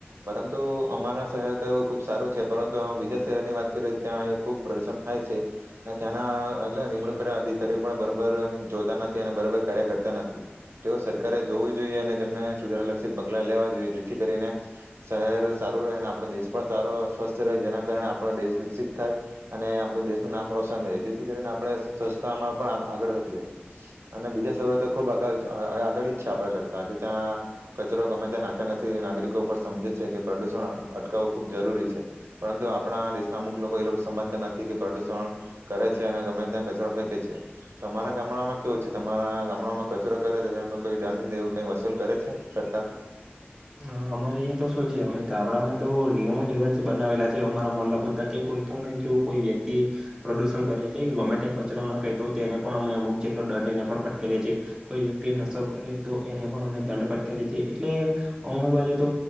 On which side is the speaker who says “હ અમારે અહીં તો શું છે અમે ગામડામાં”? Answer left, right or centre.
Right